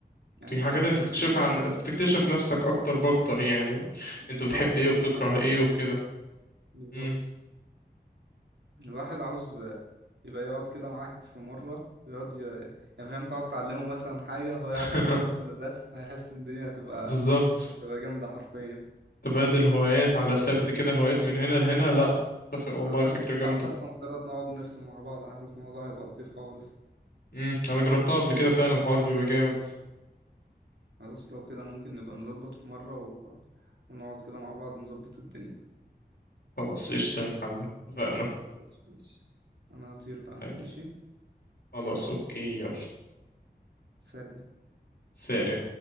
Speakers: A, on the right (about 85°); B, on the left (about 65°).
A: يعني
B: دي
A: مع
B: حاجات انت
A: مع
B: بتكشفها
A: ان هي
B: عن انت بتكتشف نفسك اكتر باكتر يعني
A: بالظبط
B: انت بتحب ايه
A: رغم
B: وبتكره
A: ان هي مع حاجات
B: ايه وكده
A: بسيطة بالظبط
B: مم.
A: الواحد عاوز يبقى يقعد كده معاك في مرة يقعد ي- يعني فاهم تقعد تعلمه مثلا حاجة وهو يقعد
B: <laughs>
A: يعلمك مثلا الرسم هيحس ان الدنيا هتبقى
B: بالظبط
A: هتبقى جامدة حرفيا
B: تبادل هوايات على سرد كده هوايات من هنا لهنا لا اتفق والله
A: أو حتى
B: فكرة جامدة
A: أو حتى مجرد نقعد نرسم مع بعض حاسس الموضوع هيبقى لطيف خالص
B: مم. انا جربتها قبل كده فعلا الحوار بيبقى جامد
A: خلاص لو كده ممكن نبقى نظبط في مرة و... ونقعد كده مع بعض نظبط الدنيا
B: خلاص قشطة يا محمد اتفقنا
A: خلاص ماشي أنا هطير بقى أنا
B: حبيبي
A: ماشي
B: خلاص اوكي يلا
A: سلام
B: سلام